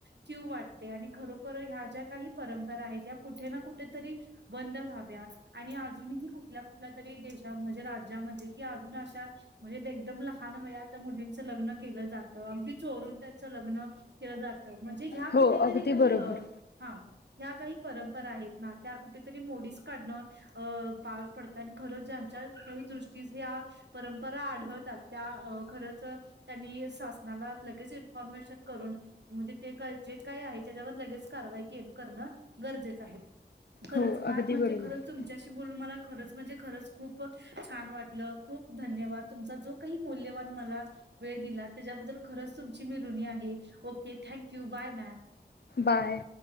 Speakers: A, on the right; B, on the left.
A: किव वाटते आणि खरोखर ह्या ज्या काही परंपरा आहेत या कुठे ना कुठेतरी बंद व्हाव्या आणि अजूनही कुठल्या कुठल्या तरी देशा म्हणजे राज्यामध्ये कि अजून अश्या म्हणजे ते एकदम लहान वया त्या मुलींचं लग्न केलं जात अगदी चोरून त्यांच लग्न केलं जातं म्हणजे ह्या
B: हो
A: कुठेतरी
B: अगदी
A: काही
B: बरोबर.
A: हा ह्या काही परंपरा आहेत ना त्या कुठेतरी मोडीस काढणं अं पार पडतं आणि खरंच ज्यांच्या दृष्टीस या परंपरा आढळतात त्या खरच त्यांनी शासनाला लगेच इन्फॉर्मेशन करून म्हणजे ते जे काय आहे त्याच्यावर लगेच कारवाई करणं गरजेचं आहे. खरंच
B: हो
A: मॅम
B: अगदी
A: म्हणजे
B: बरोबर.
A: खरंच तुमच्याशी बोलून मला खरंच म्हणजे खरंच खूप छान वाटलं खूप धन्यवाद तुमचा जो काही मौल्यवान मला वेळ दिला त्याच्याबद्दल खरंच तुमची मी ऋणी आहे. Okay thank you bye ma'am
B: bye.